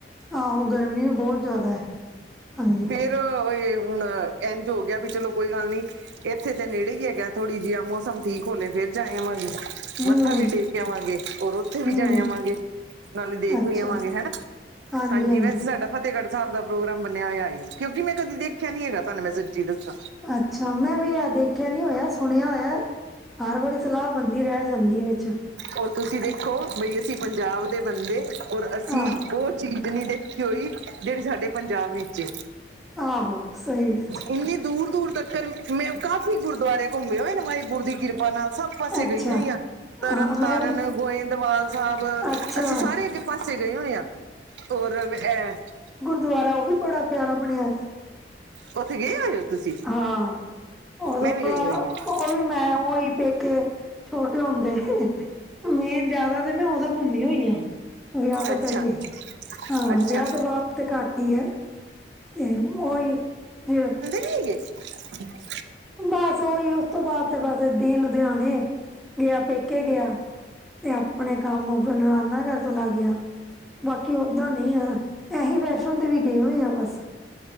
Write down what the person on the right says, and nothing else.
<unintelligible> ਏ ਹੁਣ ਇੰਝ ਹੋ ਗਿਆ ਵੀ ਚਲੋ ਕੋਈ ਗੱਲ ਨੀ। ਏਥੇ ਤੇ ਨੇੜੇ ਹੀ ਹੈਗਾ, ਥੋੜ੍ਹੀ ਜੀ ਐ ਮੌਸਮ ਠੀਕ ਹੋਲੇ, ਫੇਰ ਜਾ ਆਵਾਂਗੇ।
ਮੱਥਾ ਵੀ ਟੇਕ ਆਵਾਂਗੇ ਔਰ ਓਥੇ ਵੀ
ਜਾ ਆਵਾਂਗੇ, ਨਾਲੇ ਦੇਖ
ਵੀ ਆਵਾਂਗੇ ਹਨਾ।
ਵੈਸੇ ਸਾਡਾ ਫ਼ਤਹਿਗੜ੍ਹ ਸਾਹਿਬ ਦਾ ਪ੍ਰੋਗਰਾਮ ਬਣਿਆ ਹੋਈਆ ਹਾਈ ਕਿਉਂਕ ਮੈਂ ਕਦੇ ਦੇਖਿਆ ਨੀ ਹੈਗਾ ਤੁਹਾਨੂੰ ਮੈਂ ਸੱਚੀ ਦੱਸਾਂ।
ਔਰ ਤੁਸੀਂ ਦੇਖੋ, ਬਈ ਅਸੀਂ ਪੰਜਾਬ ਦੇ ਬੰਦੇ ਔਰ ਅਸੀਂ
ਓ ਚੀਜ਼ ਚੀਜ਼ ਨੀ ਦੇਖੀ ਹੋਈ, ਜੇੜੀ ਸਾਡੇ ਪੰਜਾਬ ਵਿੱਚ ਏ।
ਇੰਨੀ ਦੂਰ-ਦੂਰ ਤੱਕਰ ਮੈਂ ਕਾਫ਼ੀ ਗੁਰਦੁਆਰੇ ਘੁੰਮੇ ਹੋਏ ਵਾਹਿਗੁਰੂ ਦੀ ਕਿਰਪਾ ਨਾਲ ਸਭ ਪਾਸੇ
ਗਈ ਹੋਈ ਆਂ। ਤਰਨਤਾਰਨ,
ਗੋਇੰਦਵਾਲ ਸਾਹਿਬ,
ਅਸੀਂ ਸਾਰੇ ਅ ਪਾਸੇ ਗਏ ਹੋਣੇ ਆਂ। ਹੋਰ <unintelligible>
ਓਥੇ ਗਏ ਹੋਏ ਓ ਤੁਸੀਂ?
ਮੈਂ ਵੀ ਗਈ ਹੋਈ ਹਾਂ
ਅੱਛਾ।
ਅੱਛਾ
ਠੀ <unintelligible>